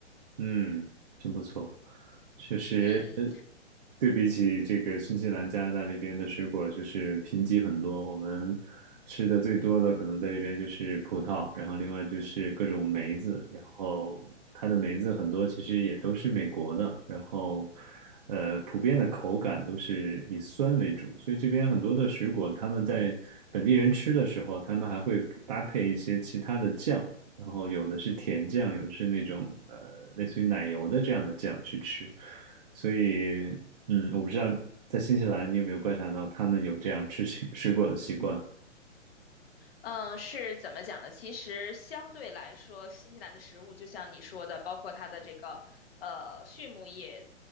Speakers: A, on the right; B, on the left.
A: 嗯，真不错，确实，
B: 嗯。
A: 对比起这个新西兰、加拿大这边的水果，就是贫瘠很多。我们吃的最多的可能在这边就是葡萄，然后另外就是各种梅子，然后它的梅子很多其实也都是美国的，然后呃，普遍的口感都是以酸为主，所以这边很多的水果，他们在本地人吃的时候，他们还会搭配一些其他的酱，然后有的是甜酱，有的是那种呃类似于奶油的这样的酱去吃。所以，嗯，我不知道在新西兰你有没有观察到他们有这样吃水水果的习惯？
B: 嗯，是怎么讲呢？其实相对来说，新西兰的食物就像你说的，包括它的这个呃畜牧业，